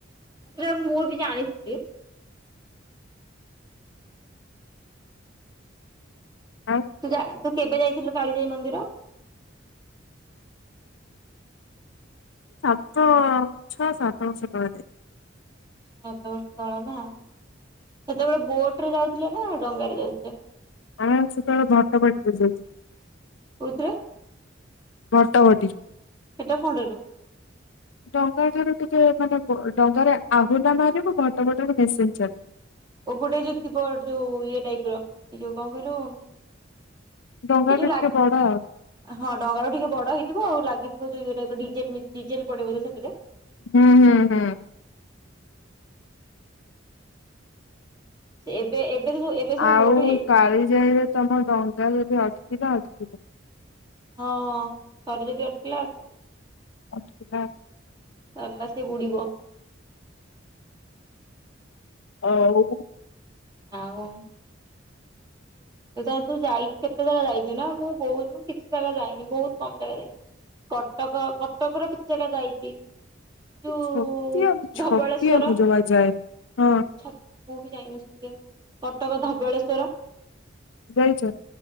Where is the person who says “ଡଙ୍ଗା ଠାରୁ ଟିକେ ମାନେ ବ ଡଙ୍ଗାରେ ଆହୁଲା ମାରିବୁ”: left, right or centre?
Left